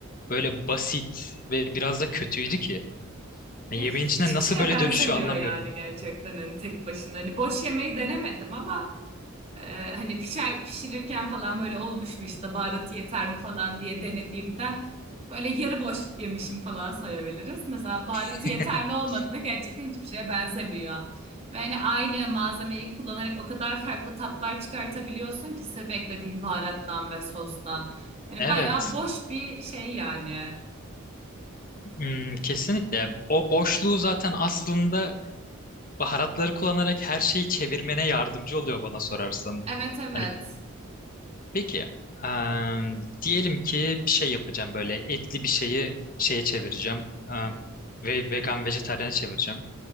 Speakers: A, on the left (about 40°); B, on the right (about 30°).
A: böyle basit ve biraz da kötüydü ki. Ya
B: Ya
A: yemeğin
B: hiçbir
A: içine nasıl
B: şeye
A: böyle
B: benzemiyor
A: dönüşüyor anlamıyorum.
B: yani gerçekten hani tek başına. Hani boş yemeği denemedim ama Ee, hani pişer, pişirirken falan böyle olmuş mu işte baharatı yeter mi falan diye denediğimden böyle yarı boş yemişim falan sayabiliriz. Mesela baharatı
A: <laughs>
B: yeterli olmadığında gerçekten hiçbir şeye benzemiyor. Ve hani aynı malzemeyi kullanarak o kadar farklı tatlar çıkartabiliyorsun ki sırf eklediğin baharattan ve sostan. Hani
A: Evet,
B: bayağı boş bir şey yani.
A: Hmm, kesinlikle. O boşluğu zaten aslında Baharatları kullanarak her şeyi çevirmene yardımcı oluyor bana sorarsan.
B: Evet evet.
A: Hani peki em, diyelim ki bir şey yapacağım böyle etli bir şeyi şeye çevireceğim em, ve vegan vejetaryene çevireceğim.